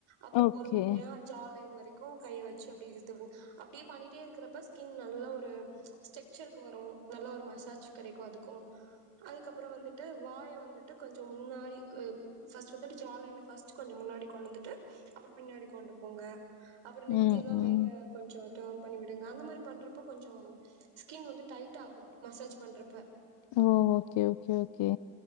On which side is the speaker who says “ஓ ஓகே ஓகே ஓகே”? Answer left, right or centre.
Left